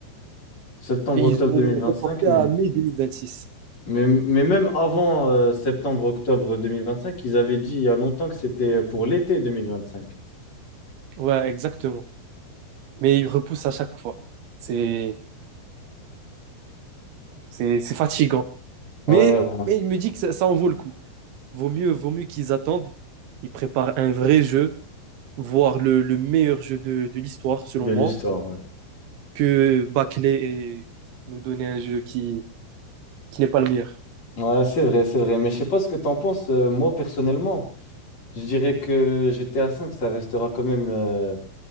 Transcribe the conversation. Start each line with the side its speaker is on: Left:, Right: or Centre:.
Left: Septembre,
Right: Et
Left: octobre
Right: ils ont
Left: 2025,
Right: reporté
Left: mais,
Right: à mai 2026.
Left: mais, mais même avant euh, septembre, octobre 2025, ils avaient dit il y a longtemps que c'était pour l'été 2025.
Right: Ouais, exactement. Mais il repousse à chaque fois. C'est, c'est, c'est fatigant.
Left: Ouais,
Right: Mais,
Left: ouais,
Right: mais il me dit que ça, ça en vaut le coup. Vaut mieux, vaut mieux qu'ils attendent. Ils préparent un vrai jeu, voire le, le meilleur jeu de, de l'histoire, selon
Left: de l'histoire,
Right: moi,
Left: ouais.
Right: que bâcler et nous donner un jeu qui, qui n'est pas le meilleur.
Left: Ouais, c'est vrai, c'est vrai. Mais je sais pas ce que t'en penses. euh, moi, personnellement, je dirais que GTA V, ça restera quand même. euh,